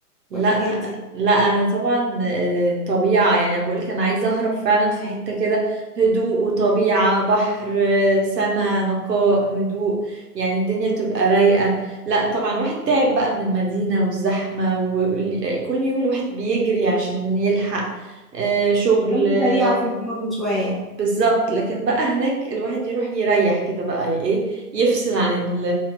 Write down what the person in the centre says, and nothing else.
والحاجات دي
كنت
بديعة في المدن شوية